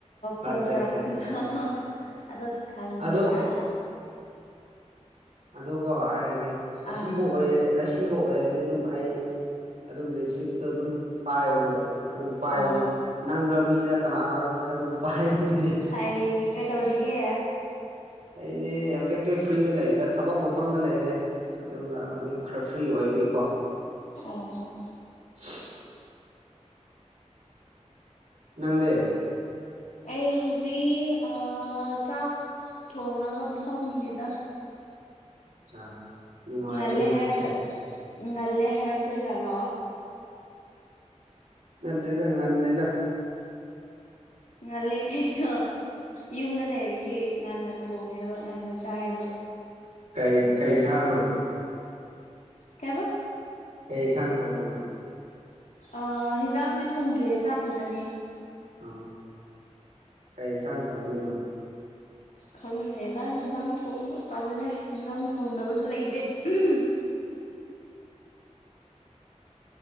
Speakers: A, on the left; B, on the right.
A: ꯐꯣꯟ
B: ꯑꯠꯆꯥ
A: ꯇꯧꯔꯛꯄꯗ
B: ꯑꯠꯆꯥ ꯑꯠꯆꯥ ꯑꯆꯥ
A: ꯑꯗꯣ ꯈꯪꯉꯕ꯭ꯔꯥ
B: ꯑꯗꯣ ꯑꯗ ꯀꯣ ꯑꯩ ꯍꯥꯏꯒꯦ ꯑꯁꯤꯕꯨ
A: ꯑꯥ
B: ꯑꯣꯏꯔꯗꯤ ꯁꯤꯕ ꯑꯣꯏꯔꯗꯤ ꯑꯗꯨꯝ ꯑꯩ ꯑꯗꯨꯝ ꯔꯤꯁꯤꯞꯇꯣ ꯑꯗꯨꯝ ꯄꯥꯏꯕꯅꯦꯕ ꯑꯗꯨ ꯄꯥꯏꯕꯅꯤ
A: ꯑꯣ
B: ꯅꯪꯗ ꯃꯤꯗ ꯀꯅꯥꯅꯣ ꯑꯗꯨ ꯑꯗꯨꯝ ꯄꯥꯏꯅꯤ
A: ꯐꯩ ꯀꯩꯗꯧꯔꯤꯒꯦ
B: ꯑꯩꯗꯤ ꯍꯧꯖꯤꯛꯇꯤ ꯐ꯭ꯔꯤꯗ ꯂꯩꯗ ꯊꯕꯛ ꯃꯐꯝꯗ ꯂꯩꯌꯦꯦ ꯑꯗꯨꯒ ꯍꯧꯖꯤꯛ ꯈꯔ ꯐ꯭ꯔꯤ ꯑꯣꯏꯔꯤꯀꯣ
A: ꯑ
B: <unintelligible> ꯅꯪꯗꯦ
A: ꯑꯩ ꯍꯧꯖꯤꯛ ꯆꯥꯛ ꯊꯣꯡꯉꯒ ꯐꯝꯃꯤꯗ
B: ꯑꯆꯥ ꯅꯨꯡꯉꯥꯏꯅꯦ
A: ꯉꯜꯂꯦ
B: ꯅꯪꯁꯦ
A: ꯍꯥꯏꯔꯛꯇ ꯉꯜꯂꯦ ꯍꯥꯏꯔꯛꯇꯣꯏꯖꯥꯠꯂꯣ
B: ꯅꯠꯇꯦꯗ ꯉꯅꯤꯦꯗ
A: ꯑꯂꯦ ꯀꯥꯏꯣ ꯏꯟꯗꯗꯦ ꯍꯥꯏ ꯑꯗꯒꯤ ꯉꯟꯅ ꯊꯣꯡꯉꯦꯕ ꯉꯟꯅ ꯆꯥꯏꯑꯕ
B: ꯀꯩ ꯀꯩ ꯆꯥꯅꯣ
A: ꯀꯦꯕꯣ
B: ꯀꯩ ꯏꯟꯊꯥꯡ ꯊꯧꯕꯃꯤꯅꯣ
A: ꯑ ꯍꯦꯟꯖꯥꯡꯗꯤ ꯊꯣꯡꯗ꯭ꯔꯤꯦ ꯆꯥꯛ ꯈꯛꯇꯅꯦ
B: ꯑ ꯀꯩ ꯏꯟꯁꯥꯡ ꯊꯣꯡꯗꯣꯏꯅꯣ
A: ꯈꯪꯗꯦꯗ ꯌꯦꯟꯖꯥꯡ ꯊꯣꯡꯕ ꯇꯜꯂꯦ ꯍꯟꯖꯥꯡ ꯊꯣꯡꯅꯕꯁꯨ ꯂꯩꯇꯦ <unintelligible>